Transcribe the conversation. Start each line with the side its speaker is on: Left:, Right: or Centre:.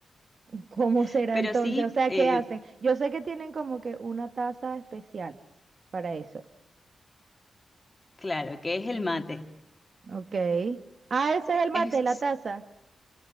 Right: ¿Cómo
Left: <laughs>
Right: será
Left: Pero
Right: entonces?
Left: sí,
Right: O sea,
Left: eh,
Right: ¿qué hacen? Yo sé que tienen como que una taza especial para eso.
Left: claro, que es el mate.
Right: Ok. Ah, ese es el mate,
Left: Es,
Right: la taza.